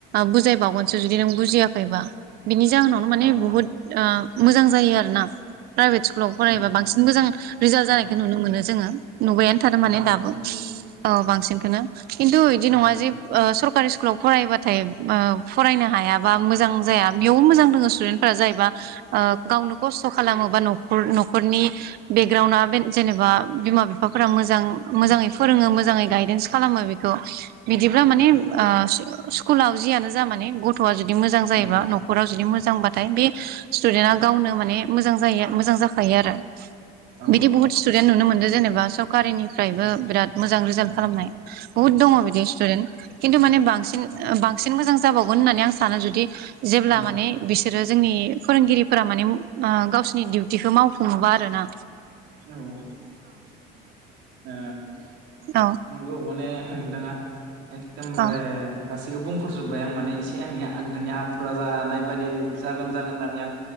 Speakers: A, on the right; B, on the right.
A: बुजायबावगोनसो जुदि नों बुजियाखैबा बिनि जाहोनावनो माने
B: औ
A: बुहुत ओ मोजां जायो आरो ना प्राइभेट स्कुलाव फरायबा
B: उम
A: बांसिन मोजां रिजाल
B: औ
A: जानायखौ नुनो मोनो जोङो नुबायानो थादों माने
B: औ बांसिन
A: दाबो
B: औ
A: ओ बांसिनखौनो खिन्थु बिदि
B: औ
A: नङा जे ओ सर सरकारि स्कुलाव फरायबाथाय ओ फरायनो हायाबा मोजां जाया बेयावबो मोजां दङ स्टुडेन्टफोरा जायबा ओ गावनो खस्थ' खालामोबा न'खर न'खरनि बेकग्राउणडआ जेनेबा बिमा बिफाफोरा मोजां मोजाङै फोरोङो मोजाङै गायदेन्स खालामो बेखौ बिदिब्ला माने
B: औ
A: ओ स्कुलाव जियानो जा माने गथ' ग'थया जुदि मोजां जायोब
B: औ औ
A: नख'र जुदि मोजां मोजांबाथाय बे स्टुदेन्टा गावनो माने मोजां जायो मोजां जाखायो आरो
B: औ
A: बिदि बहुत स्टुदन्त नुनो मोनदों जेनेबा सब सकारिनिफ्रायबो
B: औ
A: बिराद मोजां रिजाल्ट
B: औ
A: खालामनाय बुहुत दङ बिदि स्टुदेन्त खिन्थु माने बांसिन
B: औ
A: बांसिन मोजां जाबावगोन होननानै आं सानो जुदि जेब्ला
B: औ
A: माने बिसोरो जोंनि फोरोंगिरिफोरा माने ओ गावसोरनि दिउथिखौ मावफुङोबा आरो ना
B: औ ओ ओ
A: औ
B: नंगौ माने <unintelligible> एकदेमबारे
A: औ
B: गासैबो बुंफोरजोब्बाय आं आं माने एसे आंनिया नोंथांनि आथुरा जानाय बायदि जागोन जागोन होननानै आं